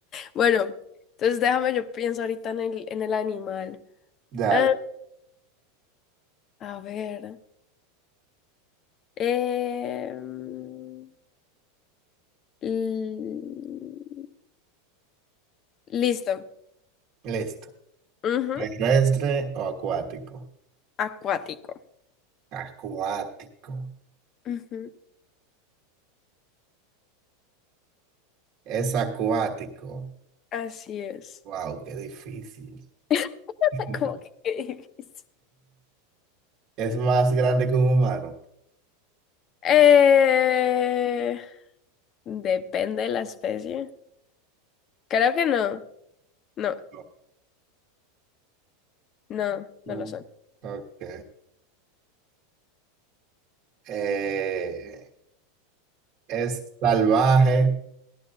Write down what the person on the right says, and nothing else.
Dale.
Listo.
¿Terrestre o acuático?
Acuático.
Es acuático.
Wow, qué difícil.
<laughs>
¿Es más grande que un humano?
No.
No.
Ok. Eh, ¿es salvaje?